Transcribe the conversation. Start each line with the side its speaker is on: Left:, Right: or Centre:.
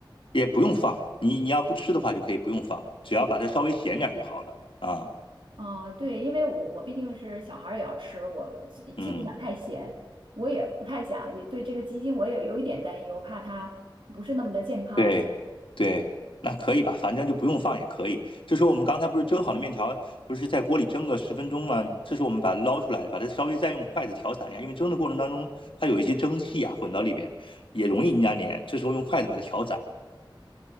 Left: 也不用放。你你要不吃的话，就可以不用放，只要把它稍微咸点儿就好了啊。
Right: 啊，呃对，因为我我毕竟是小孩儿也要吃，我既既不想太咸，
Left: 嗯。
Right: 我也不太想，也对这个鸡精我也有一点担忧，怕它不是那么的健康。
Left: 对对，那可以吧，反正就不用放也可以。这时候我们刚才不是蒸好的面条，不是在锅里蒸个十分钟吗？这时候我们把它捞出来，把它稍微再用筷子调散一下，因为蒸的过程当中它有一些蒸汽啊混到里边，也容易粘连。这时候用筷子把它调散，